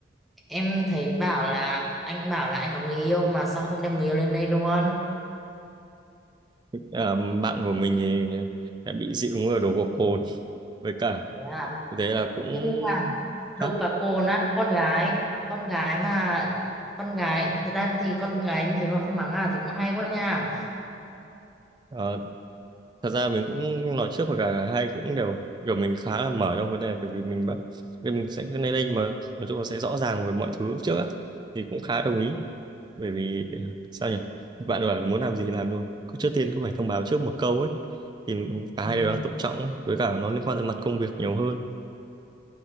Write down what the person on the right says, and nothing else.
à, bạn của mình thì đã bị dị ứng ở đồ gộc cồn với cả
thế là cũng
khác
Ờ, thật ra mình cũng nói trước và cả hai cũng đều kiểu mình khá là mở trong vấn đề này, bởi vì mình bận nên mình sẽ cứ lên đây mà nói chung là sẽ rõ ràng về mọi thứ trước á thì cũng khá đồng ý bởi vì sao nhỉ bạn bảo là muốn làm gì thì làm luôn cứ trước tiên cũng phải thông báo trước một câu ấy thì mình- cả
hai đều đang tôn trọng ấy với cả nó liên quan tới mặt công việc nhiều hơn